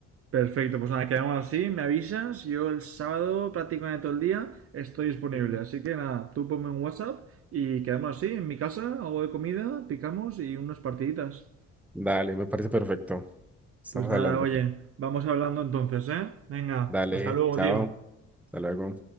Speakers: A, on the right; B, in the centre.
A: Perfecto, pues nada, quedamos así, me avisas, yo el sábado prácticamente todo el día estoy disponible,
B: Ujú.
A: así que nada, tú ponme un WhatsApp y quedamos así, en mi casa, algo de comida, picamos y unas partiditas.
B: Dale, me parece perfecto. Estamos
A: Pues nada,
B: hablando.
A: oye, vamos hablando entonces, ¿eh? Venga,
B: Dale,
A: hasta luego,
B: chao,
A: tío.
B: hasta luego.